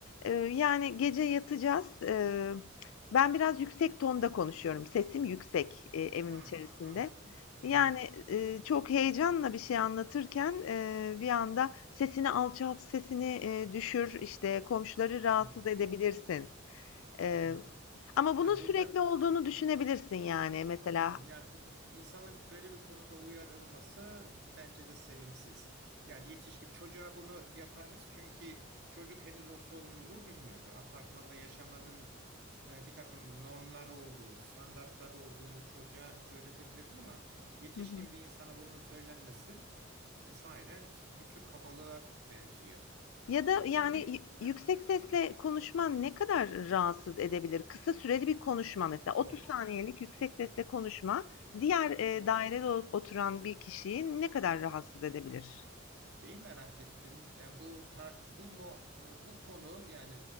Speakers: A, on the left; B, on the right.
A: Eee, yani, gece yatacağız. Eee, ben biraz yüksek tonda konuşuyorum. Sesim yüksek, eee, evin
B: Hmm,
A: içerisinde.
B: anladım. Hmm,
A: Yani, eee, çok heyecanla bir şey anlatırken, eee, bir anda sesini alçalt, sesini, eee, düşür, işte, komşuları rahatsız
B: hmm,
A: edebilirsin, e,
B: anladım.
A: ama
B: Yani
A: bunun sürekli
B: burada
A: olduğunu düşünebilirsin yani mesela.
B: Anladım. Yani bir insanın böyle bir konuda uyarılması bence de sevimsiz. Yani yetişkin çocuğa bunu yaparız çünkü çocuk henüz o sorumluluğu bilmiyordur. Apartmanda yaşamanın e, bir takım normları olduğunu, standartları olduğunu çocuğa öğretebiliriz ama yetişkin
A: Hı hı.
B: bir insana bunun söylenmesi e, sahiden bir tür kabalığa benziyor.
A: Ya da
B: E,
A: yani
B: Peki,
A: y-
B: heh,
A: yüksek sesle konuşman ne kadar rahatsız edebilir? Kısa süreli bir konuşma mesela 30
B: doğru,
A: saniyelik yüksek sesle konuşma diğer e,
B: doğru.
A: dairede o- oturan bir kişiyi ne kadar rahatsız edebilir?
B: Şeyi merak ettim. Yani bu tart bu mo, e, bu konu yani